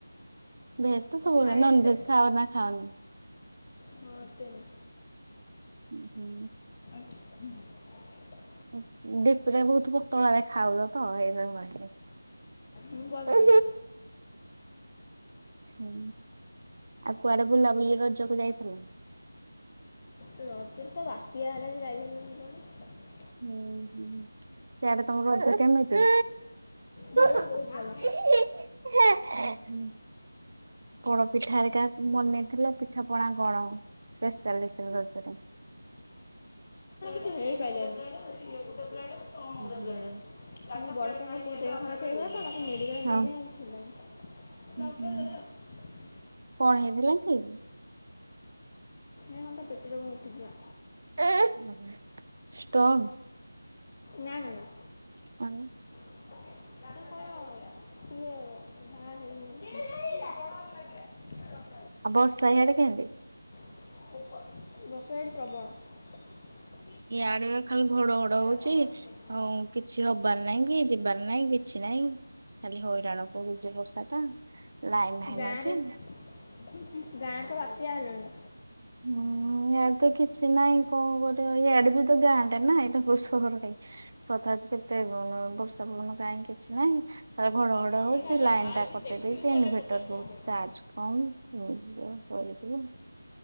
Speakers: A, on the right; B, on the left.
A: ଭେଜ ତ ସବୁଦିନ
B: ଖାଏ
A: ନନ
B: ଏତେ
A: ଭେଜ ଖାଅ ନା ଖାଅନି?
B: ହଁ ଏତେ ନୁହଁ।
A: ଉହୁଁ।
B: ହୁଁ।
A: <unintelligible> ବହୁତ ପତଳାରେ ଦେଖା ହୋଉଚ ତ ହେଇଥିପଇଁ କହିଲି
B: ମୁଁ ବରପତଳା
A: <inaudible> ହୁଁ। ଆଉ କୁଆଡେ ବୁଲାବୁଲି ରଜକୁ ଯାଇଥିଲ?
B: ରଜରେ ତ ବାତିଆ ହେଲା ଯେ ଯାଇ ହେଲାନି କୁଆଡ଼େ
A: ହୁଁ ହୁଁ। ସେଆଡେ ତମ <inaudible> ରଜ କେମିତି?
B: ଭଲ
A: <inaudible>
B: ବହୁତ ଭଲ
A: ପୋଡ଼ପିଠା ହେରିକା ଉଁ ବନେଇଥିଲା ପିଠା ପଣା କଣ? ସ୍ପେସ ଚାଲିଥିବ ରଜରେ
B: ହେଇପାଇଲାନି <inaudible> ମୁଁ ବଡ଼ ତ ଘରେ
A: ହୁଁ ହୁଁ।
B: ମୋ <inaudible> ଦେହ ଖରାପ ହେଇଗଲା ତ ମତେ
A: ହଁ
B: ମେଡିିକାଲ ନେଇ ନେଇ ଆଉ
A: ହୁଁ ହୁଁ
B: କିଛି ହେଲାନି।
A: କଣ ହେଇଥିଲା କି?
B: ଏ କଣ ତା ପେଟରେ କଣ ଟା ଉଠିଥିଲା।
A: <inaudible> ଉହୁଁ ଷ୍ଟକ୍?
B: ନା ନା ନା।
A: ଆଉ
B: <inaudible> ହେଟା କଣ ଟିଏ <unintelligible>
A: ଆଉ ବର୍ଷା ହ୍ୟାଡେ କେମିତି?
B: <inaudible> ବର୍ଷା ୟାଡେ ପ୍ରବଳ
A: ଇଆଡେ ଖାଲି ଘଡଘଡ ହୋଉଚି
B: ପ୍ରବଳ
A: ଆଉ କିଛି ହବାର ନାହିଁ କି ଯିବାର ନହିଁ କିଛି ନାଇଁ ଖାଲି ହଇରାଣ କରୁ ଯ ବର୍ଷା ଟା ଲାଇନ ନାହିଁ
B: ଗାଁରେ
A: ନା ପାଇଁ।
B: <inaudible> ଗାଁର ତ ବାତିଆ ହେଲାଣି
A: ହୁଁ ୟାଡେ ତ କିଛି ନାଇଁ କଣ କରିବ ଇଆଡେ ବି ତ ଗାଁରେ ନା ଏଇଟା କୋଉ ସହର କି ତଥା କେତେ ବର୍ଷା ପବନ କାହିଁ କିଛି ନାହିଁ। ତାଲେ ଘଡଘଡ
B: ଆମର
A: ହୋଉଛି
B: ଖାଲି
A: ଲାଇ ଲାଇନ୍
B: ଆଇକି
A: ଟା କଟେଇ
B: ଦେଖିକି
A: ଦେଇଚି
B: ଗଲେ
A: ଇନଭଟର
B: ପଚାଶ ଟଙ୍କା
A: ବହୁତ
B: ଦରକାର
A: ଚାର୍ଜ କମ <unintelligible> ସରିଯିବ।